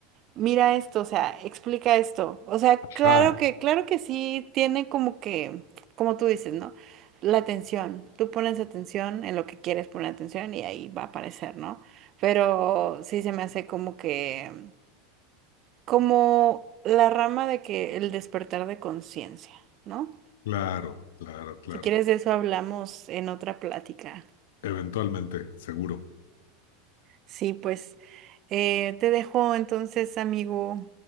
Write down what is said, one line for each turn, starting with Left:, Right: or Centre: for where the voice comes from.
Right: Mira esto, o sea, explica esto. O sea,
Left: Ajá,
Right: claro que, claro que sí tiene como que, como tú dices, ¿no? La atención. Tú pones atención en lo que quieres poner atención y ahí va a aparecer, ¿no? Pero sí se me hace como que, como la rama de que el despertar de conciencia, ¿no?
Left: claro, claro, claro.
Right: Si quieres de eso hablamos en otra plática.
Left: Eventualmente, seguro.
Right: Sí, pues eh, te dejo entonces, amigo.